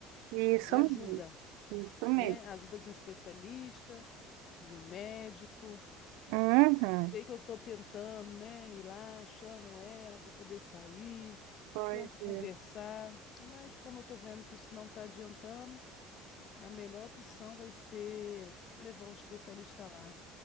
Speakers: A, on the right; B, on the left.
A: isso
B: de ajuda,
A: mesmo. Isso mesmo.
B: né? A ajuda de um especialista, de um médico.
A: Uhum.
B: Sei que eu estou tentando, né? Ir lá, chamo ela para poder sair,
A: Pois
B: tento conversar,
A: é.
B: mas como eu estou vendo que isso não está adiantando A melhor opção vai ser levar um especialista lá.